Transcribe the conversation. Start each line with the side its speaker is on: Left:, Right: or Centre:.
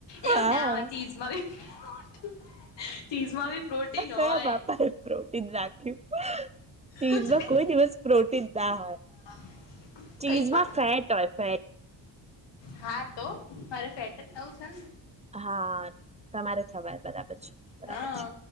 Left: એવું
Right: હા
Left: ના હોય ચીઝમાં <unintelligible> ચીઝમાં બી પ્રોટીન હોય.
Right: કયા બાપાએ <unintelligible> રાખ્યું. ચીઝમાં
Left: કુછ ભી
Right: કોઈ દિવસ પ્રોટીન ના હોય.
Left: <unintelligible>
Right: ચીઝમાં
Left: કઈ પણ
Right: ફેટ હોય ફેટ.
Left: હા તો મારે ફેટ જ નવું છે ને!
Right: હા તમારે થવાય બરાબર છે. બરાબર
Left: હા
Right: છે